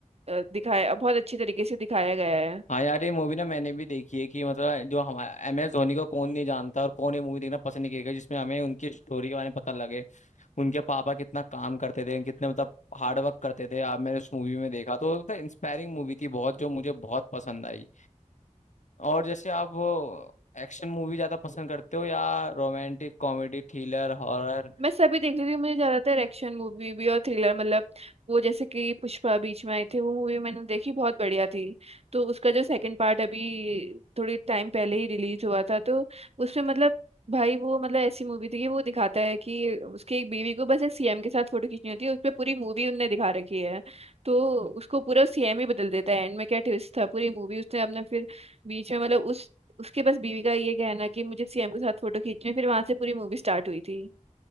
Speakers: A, on the right; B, on the left.
A: अ, दिखाया बहुत अच्छे तरीके से दिखाया गया है
B: हाँ यार ये मूवी ना मैंने भी देखी है कि मतलब जो हमारा एम एस धोनी को कौन नहीं जानता और कौन ये मूवी देखना पसंद नहीं करेगा जिसमें हमें उनकी स्टोरी के बारे में पता लगे उनके पापा कितना काम करते थे कितने मतलब हार्ड वर्क करते थे आप मैंने उस मूवी में देखा तो मतलब इंस्पायरिंग मूवी थी बहुत जो मुझे बहुत पसंद आई और जैसे आप एक्शन मूवी ज्यादा पसंद करते हो या रोमांटिक कॉमेडी थ्रिलर हॉरर
A: मैं सभी देख रही थी मुझे ज्यादातर एक्शन मूवी भी और थ्रिलर मतलब वो जैसे कि पुष्पा बीच में आई थी वो मूवी मैंने देखी बहुत बढ़िया थी तो उसका जो सेकंड पार्ट अभी थोड़ी टाइम पहले ही रिलीज हुआ था तो उसमें मतलब भाई वो मतलब ऐसी मूवी थी कि वो दिखाता है कि उसकी एक बीवी को बस एक सीएम के साथ फोटो खींचनी होती है उस पर पूरी मूवी उनने दिखा रखी है तो उसको पूरा सीएम ही बदल देता है एंड में क्या ट्विस्ट था पूरी मूवी उसने अपना फिर बीच में मतलब उस उसके बस बीवी का ये कहना कि मुझे सीएम के साथ फोटो खींचनी है, फिर वहां से पूरी मूवी स्टार्ट हुई थी